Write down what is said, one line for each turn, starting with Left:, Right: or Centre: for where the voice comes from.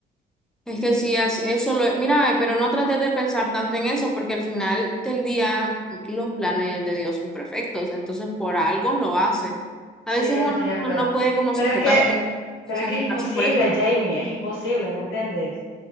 Centre: Es que sí, as- eso lo... Mira, pero no trates de pensar tanto en eso, porque al final del día mm, los planes de Dios son perfectos, entonces por algo lo hace.
Left: Sí,
Centre: A veces
Left: yo
Centre: uno
Left: entiendo.
Centre: no no puede como
Left: Pero
Centre: sofocarse,
Left: es que,
Centre: sofocarse
Left: pero es que es imposible,
Centre: por eso.
Left: Jamie, es imposible, ¿no entiendes?